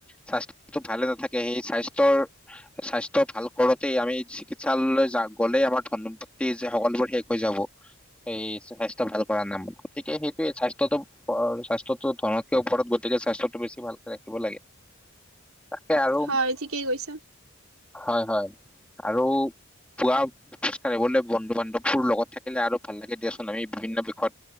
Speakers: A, in the centre; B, on the right.
A: স্বাস্থ্যটো ভালে নাথাকে সেই স্বাস্থ্যৰ স্বাস্থ ভাল কৰোতেই আমি চিকিৎসালয়লৈ য গ'লে আমাৰ ধন সম্পত্তিয়ে যে সকলোবোৰ শেষ হৈ যাব। এই স্বাস্থ্য ভাল কৰা নামন গতিকে সেইটোৱে স্বাস্থ্যয়টো স্বাস্থ্যয়তো ধনতকে ওপৰত গ গতিকে স্বাস্থ্যটো বেছি ভালকে ৰাখিব লাগে তাকে আৰু।
B: হয় ঠিকেই কৈছা
A: হয় হয় আৰু পুৱা। খোজকাঢ়িবলৈ বন্ধু বান্ধৱবোৰ লগত থাকিলে আৰু ভাল লাগে দিয়াচোন আমি বিভিন্ন বিষত